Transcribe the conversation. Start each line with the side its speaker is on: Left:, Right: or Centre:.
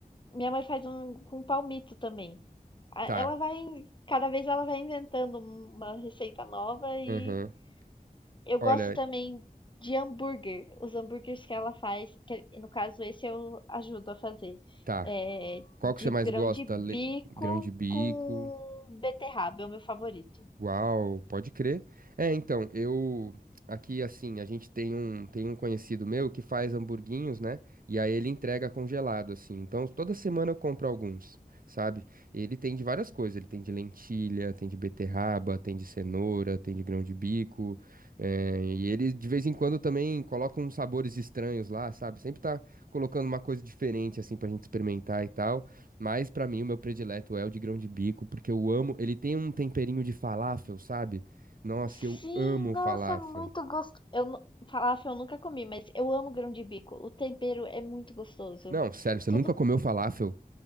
Left: minha mãe faz um com palmito também. a-
Right: Tá.
Left: ela vai, cada vez ela vai inventando um, uma receita nova e
Right: Aham.
Left: eu
Right: Olha,
Left: gosto também de hambúrguer. Os hambúrgueres que ela faz, que no caso esse eu ajudo a fazer,
Right: tá.
Left: é,
Right: Qual
Left: de
Right: que você mais
Left: grão
Right: gosta?
Left: de bico
Right: Le- Grão de bico.
Left: com beterraba, é o meu favorito.
Right: Uau, pode crer. É, então, eu aqui assim, a gente tem um tem um conhecido meu que faz hamburguinhos, né? E aí ele entrega congelado assim. Então, toda semana eu compro alguns, sabe? Ele tem de várias coisas, ele tem de lentilha, tem de beterraba, tem de cenoura, tem de grão de bico. é, e ele de vez em quando também coloca uns sabores estranhos lá, sabe? Sempre tá colocando uma coisa diferente assim pra gente experimentar e tal. Mas pra mim o meu predileto é o de grão de bico, porque eu amo, ele tem um temperinho de falafel, sabe? Nossa,
Left: Sim,
Right: eu amo
Left: nossa,
Right: falafel.
Left: é muito gostoso. Eu nu- falafel eu nunca comi, mas eu amo grão de bico. O tempero é muito gostoso.
Right: Não, sério, você
Left: Tudo
Right: nunca comeu falafel?